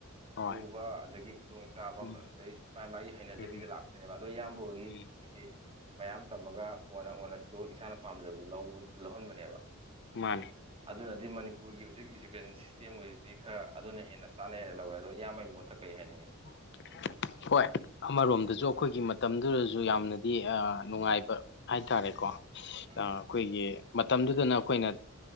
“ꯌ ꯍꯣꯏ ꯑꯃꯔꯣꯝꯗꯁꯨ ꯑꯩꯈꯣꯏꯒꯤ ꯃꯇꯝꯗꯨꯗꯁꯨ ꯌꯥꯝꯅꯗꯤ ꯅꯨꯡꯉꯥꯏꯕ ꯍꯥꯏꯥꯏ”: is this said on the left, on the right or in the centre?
Left